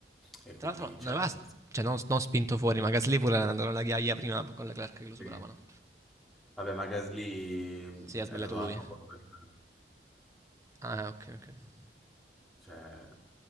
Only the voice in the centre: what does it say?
e quindi,
cioè, ha
perso.
Sì. Vabbè, ma Gasly mh,
è andato
alla sua prima.
Cioè,